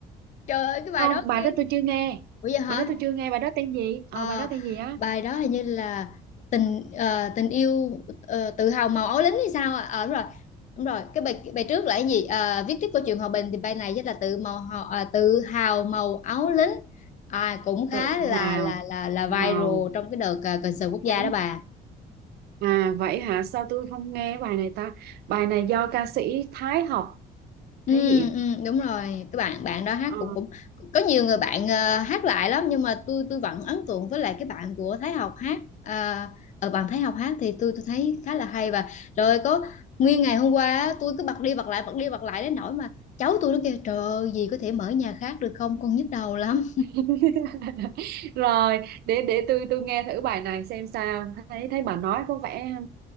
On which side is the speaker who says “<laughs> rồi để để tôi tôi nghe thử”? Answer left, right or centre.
Right